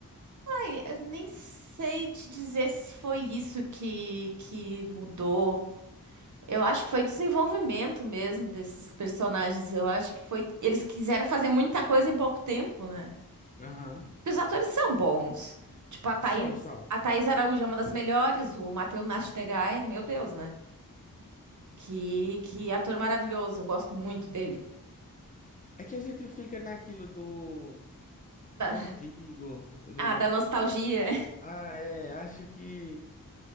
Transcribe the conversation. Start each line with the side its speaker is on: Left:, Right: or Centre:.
Right: Ai, eu nem sei te dizer se foi isso que, que mudou. Eu acho que foi desenvolvimento mesmo desses personagens. Eu acho que foi. Eles quiseram fazer muita coisa em pouco tempo, né?
Left: Aham.
Right: Porque os atores são bons. Tipo, a Thaís,
Left: São, são.
Right: a Thaís Araújo é uma das melhores, o Matheus Nachtergaele, meu Deus, né? Que, que ator maravilhoso, eu gosto muito dele.
Left: É que a gente fica naquilo do, do
Right: Da-
Left: antigo, do.
Right: ah, da nostalgia. <laughs>
Left: Ah, é, acho que.